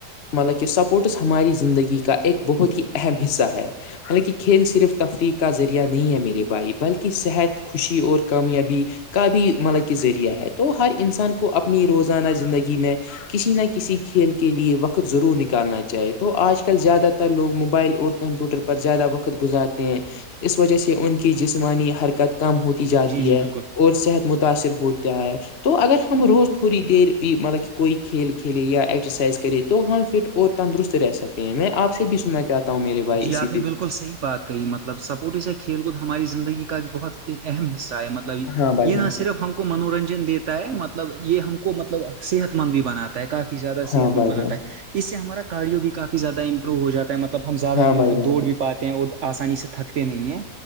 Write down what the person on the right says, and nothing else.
جی جی
بالکل
جی
آپ
نے بالکل صحیح بات کہی مطلب سپٹس یا کھیل کود ہماری زندگی کا ایک بہت اہم حصہ ہے مطلب مطلب
یہ
نہ صرف ہم کو منورنجن دیتا ہے مطلب یہ ہم کو مطلب صحت مند بھی بناتا ہے کافی زیادہ صحت
مند
بناتا
ہے اس سے ہمارا کاریو بھی کافی زیادہ ہو جاتا ہے مطلب ہم زیادہ
دیر
تک
دوڑ بھی پاتے ہیں اور آسانی سے تھکتے نہیں ہیں